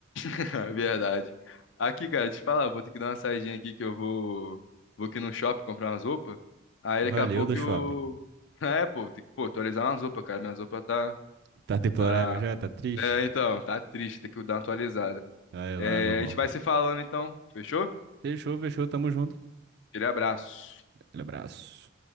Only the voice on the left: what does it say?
<laughs> É verdade. Aqui, cara, te falar, vou ter que dar uma saidinha aqui que eu vou, vou aqui no shopping comprar umas roupas. Aí
daqui a pouco
eu. <laughs> É, pô, tem que, pô, atualizar umas roupas, cara. Minhas roupas tá,
tá.
É, então, tá triste, tem que dar uma atualizada.
É,
a gente vai se falando então, fechou?
Aquele abraço.